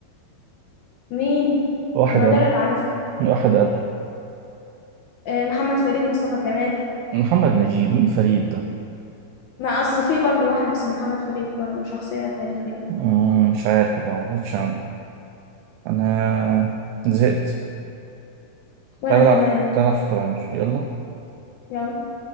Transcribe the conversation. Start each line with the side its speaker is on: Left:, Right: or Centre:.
Left: مين
Right: واحد
Left: ما
Right: قبله
Left: دول اللي عارفهم
Right: واحد قبله
Left: آه. محمد فريد مصطفى كمال
Right: محمد نجيب مين فريد ده
Left: ما أصل في برضو واحد اسمه محمد فريد برضو شخصية تاريخية
Right: مم، مش عارف والله ما عارفش عنه انا زهقت
Left: وأنا
Right: تعال
Left: كمان
Right: العب تعال العب شطرنج يلا
Left: يلا